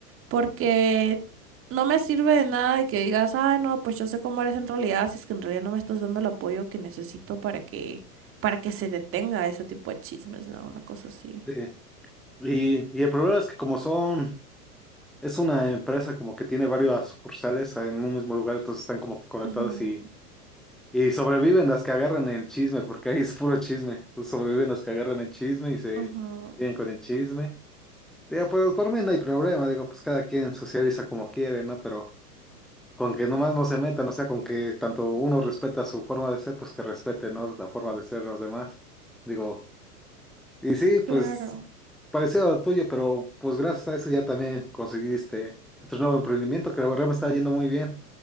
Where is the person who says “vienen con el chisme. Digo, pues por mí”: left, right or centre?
Centre